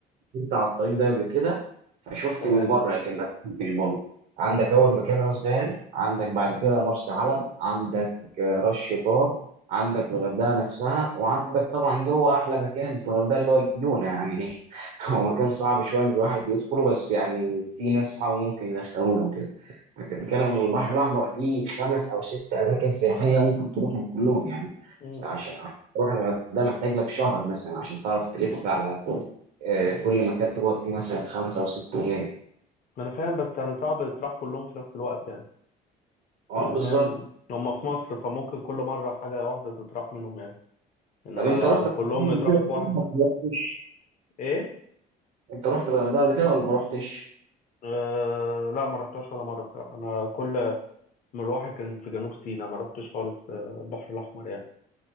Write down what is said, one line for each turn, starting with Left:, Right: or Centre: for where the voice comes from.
Right: كنت على الطريق ده قبل كده فشفت
Left: تمام
Right: من بره لكن ما كنتش برضه عندك اول مكان راس غارب عندك بعد كده مرسى علم عندك آه، راس شيطان عندك الغردقه نفسها وعندك طبعا جوه احلى مكان في الغردقه اللي هو الجونه يعني <laughs> هو مكان صعب شويه ان الواحد يدخله بس يعني في ناس صعب ممكن يدخلونا وكده انت بتتكلم ان البحر الاحمر فيه خمس او ست اماكن سياحيه ممكن تروحهم كلهم يعني
Left: امم
Right: عشان عشان تروح الغردقه محتاج لك شهر مثلا عشان تعرف تلف على آه، كل مكان تقعد فيه مثلا خمس او ست ايام
Left: ما انا فاهم بس يعني صعب تطرح كلهم في نفس الوقت يعني
Right: اه
Left: انا
Right: بالظبط
Left: فاهم هم في مصر فممكن كل مره حاجه واحده تطرح منهم يعني انما
Right: طب انت رحت
Left: كلهم
Right: الغردقة قبل
Left: يطرحوا
Right: كده
Left: في واحد
Right: ولا ما رحتش؟
Left: ايه
Right: انت رحت الغردقه قبل كده ولا ما رحتش
Left: آه لا ما رحتهاش ولا مره بصراحه انا كل مروحي كان في جنوب سيناء ما رحتش خالص آه، البحر الأحمر يعني